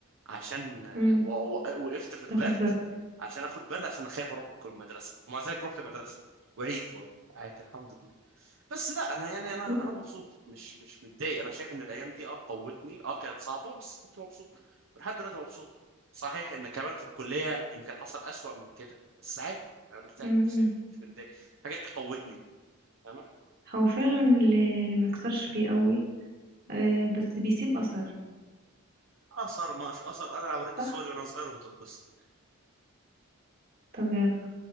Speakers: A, on the right (about 65°); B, on the right (about 45°).
A: عشان
B: امم
A: و- و- وقفت في البرد
B: تاخد برد
A: عشان اخد برد عشان اخاف اروح الكل- المدرسه ومع ذلك رحت المدرسه وعيت برضه عادي الحمد لله بس لا انا يعني انا
B: لا
A: انا مبسوط مش مش متضايق انا شايف ان الايام دي اه قوتني اه كانت صعبه بس كنت مبسوط ولحد دلوقتي مبسوط صحيح ان كمان في الكليه يمكن حصل اسوأ من كده بس عادي انا مرتاح
B: امم
A: نفسياً،
B: امم.
A: مش متضايق الحاجات دي قوتني تمام
B: هو فعلا اللي اللي مكسرش بيقوي آه بس بيسيب اثر
A: اثر مش اثر انا اوريك
B: صح
A: صوري وانا صغير وهتنبسط
B: طب يلا